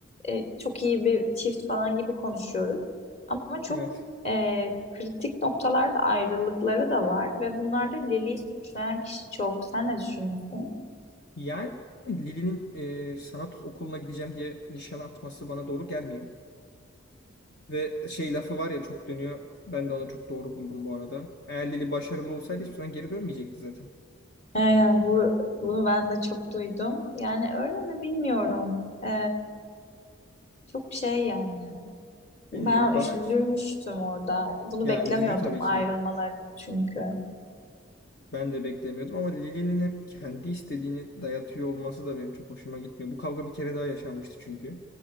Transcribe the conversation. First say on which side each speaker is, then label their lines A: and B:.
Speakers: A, on the left (about 30°); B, on the left (about 50°).
A: e, çok iyi bir çift falan gibi konuşuyoruz. Ama çok
B: evet.
A: e, kritik noktalarda ayrılıkları da var ve bunlarda Lili'yi suçlayan kişi çok. Sen ne düşünüyorsun?
B: Yani Lili'nin e, sanat okuluna gideceğim diye nişan atması bana doğru gelmiyor. Ve şey lafı var ya çok dönüyor. Ben de onu çok doğru buldum bu arada. Eğer Lili başarılı olsaydı hiçbir zaman geri dönmeyecekti zaten.
A: Aynen bu bunu ben de çok duydum. Yani öyle mi bilmiyorum. E, çok şey yani.
B: Bilmiyorum
A: Ben
B: bana
A: üş- üzülmüştüm orada. Bunu
B: ya
A: beklemiyordum
B: üzücü tabii
A: ayrılmalarını
B: ki.
A: çünkü.
B: Ben de beklemiyordum ama Lili'nin hep kendi istediğini dayatıyor olması da benim çok hoşuma gitmiyor. Bu kavga bir kere daha yaşanmıştı çünkü.